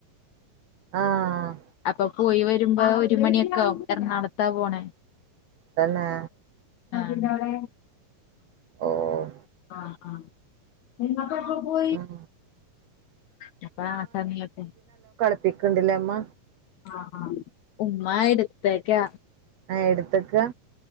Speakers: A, on the right; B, on the left.
A: ആഹ്
B: അപ്പൊ പോയി വരുമ്പോ ഒരു മണിയക്കെ ആവും എറണാകുളത്താ പോണേ
A: തന്നെ
B: എന്തടെ
A: ഓഹ്
B: ആഹ ആഹ് സപ്പ പോ
A: ഉം
B: കപ്പസ <unintelligible>
A: പ്പിക്കണ്ടില്ലേ അമ്മ
B: ആഹ ഉമ്മ എടുത്തേക്കാ
A: ആഹ എടുത്തക്ക?